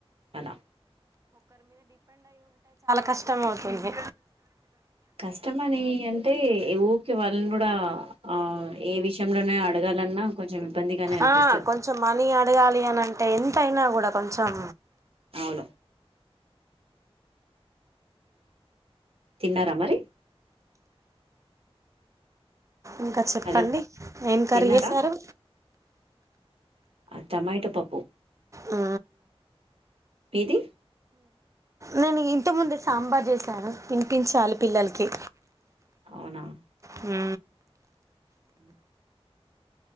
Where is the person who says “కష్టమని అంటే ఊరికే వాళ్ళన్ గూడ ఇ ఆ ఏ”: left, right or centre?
Right